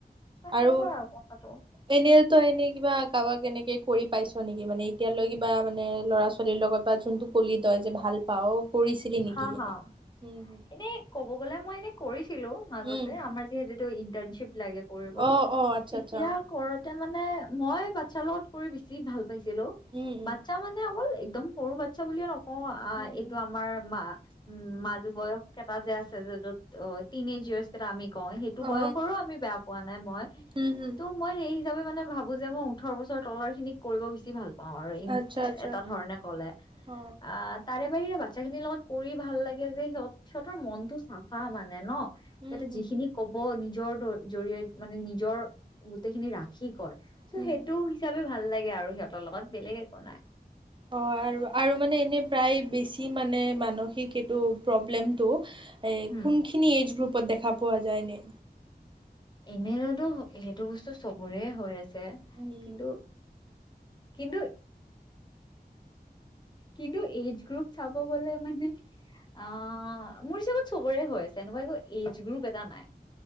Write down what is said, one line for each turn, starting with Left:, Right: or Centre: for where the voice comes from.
Left: বা
Right: আৰু
Left: সেনেকুৱা কথাটো
Right: এনেতো এনেই কিবা কাৰবাৰ কেনেকে কৰি পাইছ নেকি মানে এতিয়ালৈ কিবা মানে ল'ৰা ছোৱালীৰ লগত বা যোনটো কলি তই যে ভাল পাও কৰিছিলি নেকি
Left: হা
Right: এনে
Left: হা
Right: উম হম
Left: এনে ক'ব গ'লে মই এনে কৰি ছিলো মাজতে
Right: উম
Left: আমাৰ যিহেতুটো টাৰ্ণচিপ। লাগে কৰিব
Right: অ অ আচ্ছা
Left: তেতিয়া
Right: আচ্ছা
Left: কৰ এতিয়া মানে মই বাচ্ছাৰ লগত কৰি বেছি ভাল পা পাইছিলো
Right: উম উম
Left: বাচ্ছা মানে অকল একদম সৰু বাচ্ছা বুলিও ন অ', আ
Right: উম
Left: এইটো
Right: হুম
Left: আমাৰ উম মাজু বয়স কেটা যে আছে যত অ', তিনেজাৰ বয়স কেইটা আমি কও সেইটো
Right: অ
Left: বয়সৰো আমি বেয়া পোৱা নাই মই
Right: উম হুম
Left: ত' মই সেই হিচাপে মানে ভাবো যে মই ওঠৰ বছৰ তলৰ খিনিক কৰিব বেছি ভাল অ', আৰু ই
Right: আচ্ছা
Left: এ
Right: আচ্ছা
Left: এটা ধৰণে ক'লে
Right: অ
Left: আ তাৰে <unintelligible> বচ্ছাখিনিৰ লগত কৰি ভাল লাগে যে সিহঁত সিহঁতৰ মনটো চাফা মানে ন সিহঁতে
Right: উম হুম
Left: যিখিনি কব নি নিজৰ জৰিয়ত মানে নিজৰ গোটেইখিনি ৰাখি কয়। চ'
Right: উম
Left: সেইটো হিচাপে ভাল। ভাল লাগে আৰু সিহঁতৰ লগত বেলেগ একো নাই।
Right: অ', আৰু আৰু মানে এনে প্ৰায় বেছি মানে মানসিক এইটো প্ৰব্লেমটো এ
Left: উম
Right: কোনখিনি এইজ গ্ৰুপত দেখা পাই পোৱা যায়নে?
Left: এনেয়োটো সেইটো বস্তু চবৰে হৈ আছে,
Right: উম,
Left: কিন্তু কিন্তু, কিন্তু এইজ গ্ৰুপ চাব গ'লে মানে অ', মোৰ হিচাপত চবৰে হৈ আছে এনেকুৱা একো এইজ গ্ৰুপ এটা নাই।